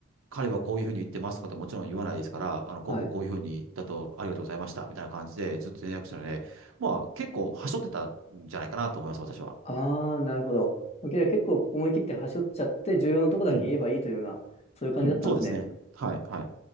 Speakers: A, on the right (about 70°); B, on the left (about 30°).
A: 彼はこういうふうに言ってますとかってもちろん言わないですから、あの、こうこうこういうふうにだとありがとうございました、
B: はい。
A: みたいな感じでずっと連絡したので、まあ結構はしょってたんじゃないかなと思います、私は。
B: ああ、なるほど。OK 結構思い切って端折っちゃって、重要なとこだけ言えばいいというような、
A: うん。
B: そういう感じだったんですね。
A: うん、そうですね。はい、はい。